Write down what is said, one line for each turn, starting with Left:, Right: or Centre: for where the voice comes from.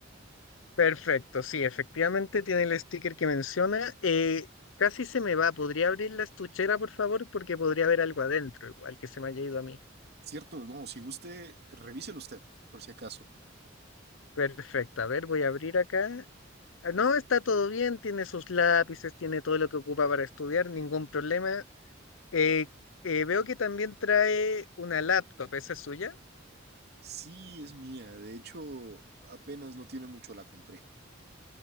Left: Perfecto, sí, efectivamente tiene el sticker que menciona. Eh, casi se me va. ¿Podría abrir la estuchera, por favor? Porque podría haber algo adentro, igual que se me haya ido a mí.
Right: Cierto, no, si guste, revíselo usted, por si acaso.
Left: Perfecto, a ver, voy a abrir acá. Ah, No, está todo bien, tiene sus lápices, tiene todo lo que ocupa para estudiar, ningún problema. Eh, eh, veo que también trae una laptop, ¿esa es suya?
Right: Sí, es mía. De hecho, apenas no tiene mucho la compré.